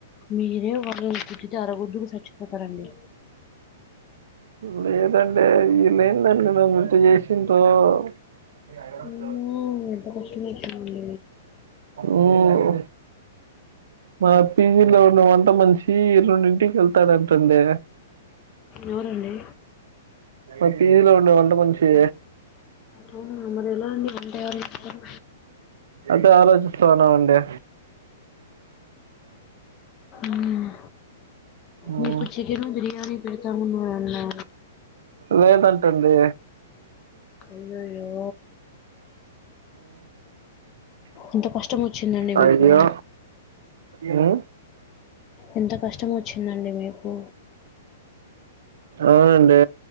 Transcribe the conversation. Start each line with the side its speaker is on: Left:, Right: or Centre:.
Left: మీరే వాళ్ళన్ గుదితే అరగుద్దుకు సచ్చిపోతారండి.
Right: ఇప్పుడు ఏదండే ఈల్ లేందండి నువ్ ఇటా జీచిండ్రో. అంట రాయవాడ
Left: అమ్మో,
Right: <unintelligible>
Left: ఎంత కష్టమొచ్చింది
Right: మ్మ్ మా పీజీలో ఉన్న వంట మనిషి రెండింటికి వెళ్తారంటండి
Left: ఎవరండీ
Right: మా పీజీలో ఉండే వంట మనిషి
Left: అవునా మరి ఎలా అండి వంట ఎవరు చేస్తరు
Right: అదే ఆలోచిస్తానా అండి
Left: మ్మ్.
Right: మ్మ్
Left: మీకు చికెన్ బిర్యానీ పెడతామున్నండి
Right: లేదంటండి
Left: అయ్యయ్యో ఇంత కష్టం వచ్చిందండి
Right: అయ్యో
Left: మీకు
Right: ఊ
Left: ఎంత కష్టం వచ్చిందండి మీకు
Right: అవునండి